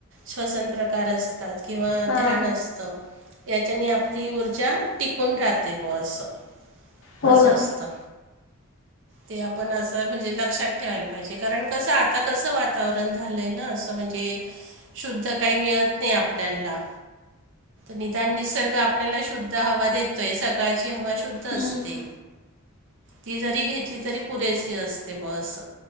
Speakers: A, on the right; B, on the left.
A: श्वसन प्रकार असतात. किंवा
B: हा
A: ध्यान असतं याच्याने आपली ऊर्जा टिकून राहते ब असं
B: हो
A: असं
B: ना
A: असतं. ते आपण असं म्हणजे लक्षात ठेवायला पाहिजे कारण कसं आता कसं वातावरण झालंय ना असं. म्हणजे शुद्ध काही मिळत नाही आपल्याला. निदान निसर्ग आप आपल्याला शुद्ध हवा देतोय सकाळची हवा शुद्ध असते.
B: हम्म
A: ती जरी घेतली तरी पुरेस असते बुवा अस.